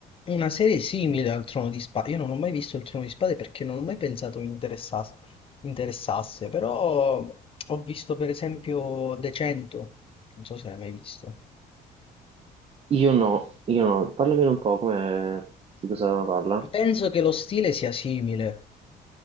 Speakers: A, on the left (about 35°); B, on the right (about 35°).
A: una serie simile al Trono di Spade. Io non ho mai visto il Trono di Spade perché non ho mai pensato mi interessasse, interessasse, però ho visto per esempio The 100, non so se l'hai mai visto.
B: io no, io no, parlamene un po', come, di cosa parla?
A: Penso che lo stile sia simile,